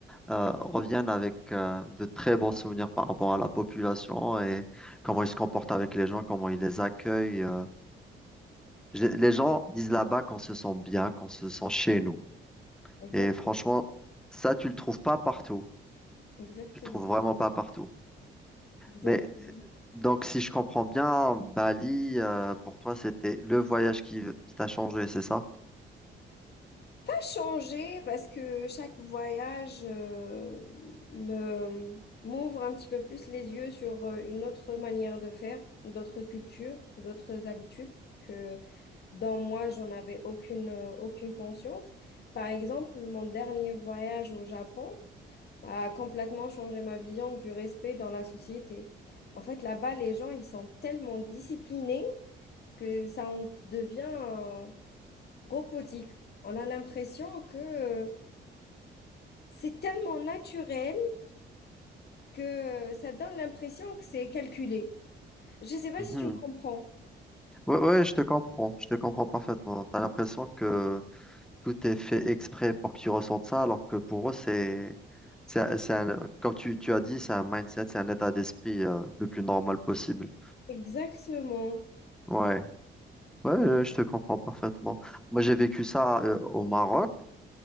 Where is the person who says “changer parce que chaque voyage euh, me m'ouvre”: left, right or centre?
Left